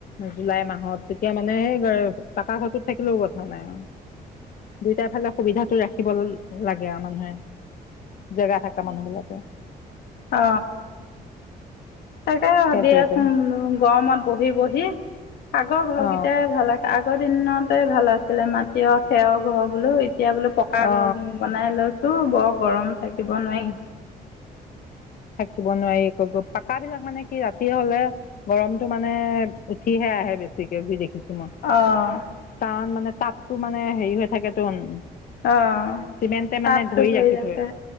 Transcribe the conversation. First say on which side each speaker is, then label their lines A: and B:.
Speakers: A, on the left (about 60°); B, on the left (about 85°).
A: জুলাই মাহত তেতিয়া মানে স পাকা ঘৰটোত থাকিলেও কথা নাই আউ দুইটা ফালে সুবিধাটো ৰাখিব লাগে আৱ মানুহে জেগা থাকে মানুহ বিলাকে।
B: অ, তাকে ভাবি
A: সেইটোৱেটো
B: আছোঁঙ বুলো গৰমত বহি বহি আগৰ ঘৰ
A: অ
B: কেইটাই ভাল আ আগৰ দিনতে ভাল আছিলে মাটিঅ খেৰ ঘৰ বোলো এতিয়া বোলো বো পকা
A: অ
B: ঘৰ বনাই লৈছোঁ বৰ গৰম থাকিব নোৱাই।
A: থাকিব নোৱাৰি পাকা বিলাক মানে কি ৰাতিয হলে গৰমটো মানে উঠিহে আহে বেছিকে যি দেখিছো মই।
B: অঁ
A: কাৰণ মানে তাপটো মানে হেৰি হৈ থাকেটোন
B: অ',
A: চিমেণ্টে মানে
B: তাপটো
A: ধৰি ৰাখি
B: ৰাখে
A: থয়।